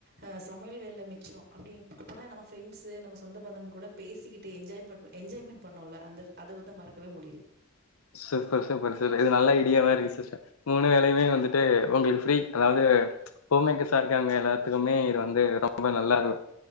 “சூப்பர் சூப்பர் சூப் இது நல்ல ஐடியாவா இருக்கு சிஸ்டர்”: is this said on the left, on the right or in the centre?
Left